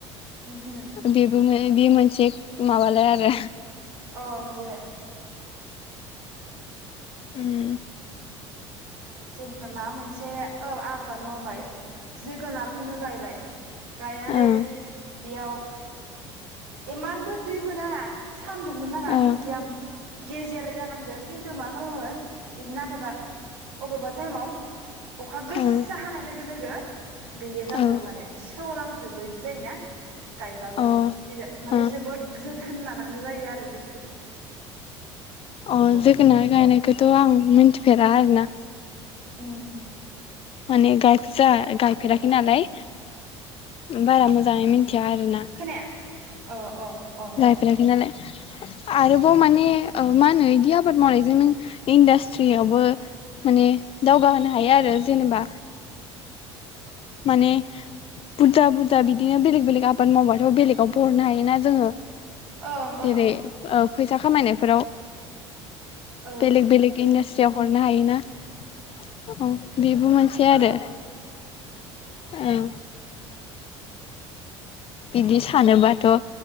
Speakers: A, on the right; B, on the left.
A: उमहो
B: बेबो मे बे मोनसे माबालाय आरो।
A: अ मोनसे
B: उम
A: माबा मोनसे औ आबाद मावबाय जोगोनारखौनो गायबाय गायनानै
B: ओं
A: बेयाव इमानबो दैबो नाङा। सान्दुंबो नाङा
B: ओं
A: मिडियाम गेजेर जानांगो खिन्थु मा खालामो <unintelligible> ना <unintelligible> बा बा टाइमाव अखा गोस्सा
B: ओं
A: हानाय लोगो लोगो गैया जाजोबो
B: ओं
A: माने सेवलां जोबो इदि जायोना? गायबाबो
B: औ
A: बिरा माने
B: अ
A: जोबोद जोथोन लानां गो जायो आरो बि
B: अह जोगोनार
A: उम
B: गायनायखोथ' आं मिथिफेरा आरोना।
A: उम।
B: माने गाय जा गायफेराखै
A: जोगोनार
B: नालाय बारा मोजाङै
A: उम
B: मिथिया आरो ना
A: खोनाया अ अ अ
B: गायफेराखै
A: अ
B: नालाय। आरोबाव माने ओ मा होनो इदि आबाद मावनायजों नों इन्डास्ट्रियावबो माने दावगाहोनो हायो आरो। जेनेबा माने बुरजा बुरजा बिदिनो बेलेग बेलेग आबाद मावबाथ' बेलेगावबो हरनो हायोना जोङो।
A: ओं
B: जेरै
A: ओं
B: ओब फैसा खामायनायफोराव।
A: औ
B: बेलेग बेलेग
A: उम
B: इन्डास्ट्रियाव हर नो हायोना। अह। बेबो मोनसे आरो।
A: औ
B: औ। बिदि सानोबाथ'